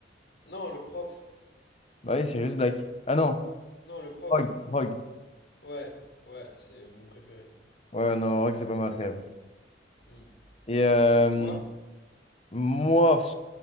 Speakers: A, on the left; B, on the left.
A: Non, le prof!
B: Bah oui, c'est juste Black. Ah non,
A: Non, le prof!
B: Rogue. Rogue.
A: Ouais, ouais, c'est mon préféré.
B: Ouais, non, en vrai que c'est pas mal quand même.
A: Hmm.
B: Et euh,
A: Toi?
B: moi, pff,